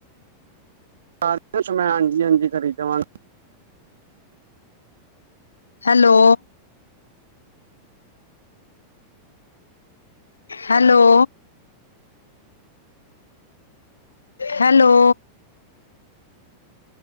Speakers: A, on the right; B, on the left.
A: ਹਾਂ। ਮੈਂ ਹਾਂਜੀ ਹਾਂਜੀ ਖਰੀਦਵਾਂਗਾ।
B: ਹੈਲੋ। ਹੈਲੋ। ਹੈਲੋ।